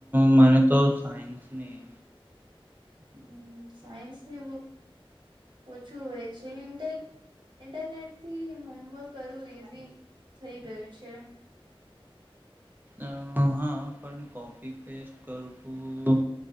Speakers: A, on the right; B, on the right.
A: મને તો સાયન્સ ની
B: હમ્મ સાયન્સની બુક ઓછું હોય છે ઇન્ટર ઇન્ટરનેટ થી હોમવર્ક કરવું ઈઝી થઇ ગયું છે.
A: અ હા પણ કોપી પેસ્ટ કરવું